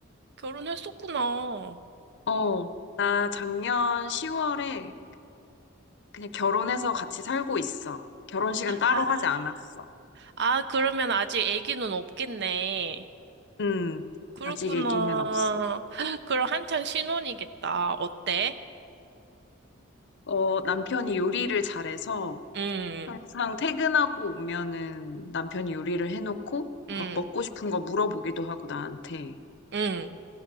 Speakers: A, on the right; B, on the left.
A: 결혼했었구나.
B: 어, 나 작년 10월에 그냥 결혼해서 같이 살고 있어. 결혼식은 따로
A: 아,
B: 하지 않았어.
A: 아, 그러면 아직 아기는 없겠네.
B: 음,
A: 그렇구나.
B: 아직 얘기는 없어.
A: <laughs> 그럼 한창 신혼이겠다. 어때?
B: 어, 남편이 요리를 잘해서
A: 응,
B: 항상 퇴근하고 오면은 남편이 요리를 해놓고 막
A: 응,
B: 먹고 싶은 거 물어보기도 하고 나한테.
A: 응.